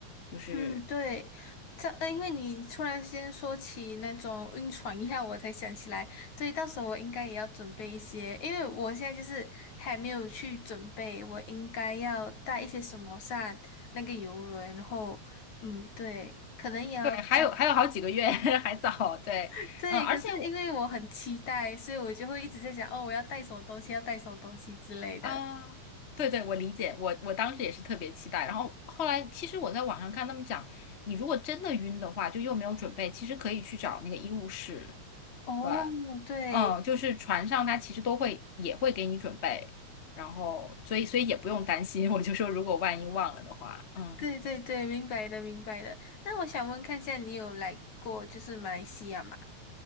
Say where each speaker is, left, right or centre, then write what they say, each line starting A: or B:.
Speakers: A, on the left; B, on the left.
A: 就是
B: 嗯，对，这呃，因为你突然间说起那种晕船一下，我才想起来，对，到时候我应该也要准备一些，因为我现在就是还没有去准备，我应该要带一些什么上那个游轮，然后，嗯，对，可能也要带，
A: 对，还有还有好几个月 <laughs> 还早，对。
B: <laughs> 对，
A: 嗯，而且我
B: 可是因为我很期待，所以我就会一直在想，哦，我要带什么东西，要带什么东西之类的。
A: 啊，对对，我理解，我我当时也是特别期待。然后后来，其实我在网上看他们讲，你如果真的晕的话，就又没有准备，其实可以去找那个医务室，
B: 哦，
A: 对，
B: 对。
A: 嗯，就是船上他其实都会也会给你准备，然后所以所以也不用担心。我就说，如果万一忘了的话，嗯。
B: 对对对，明白的明白的。那我想问看一下，你有来过就是马来西亚吗？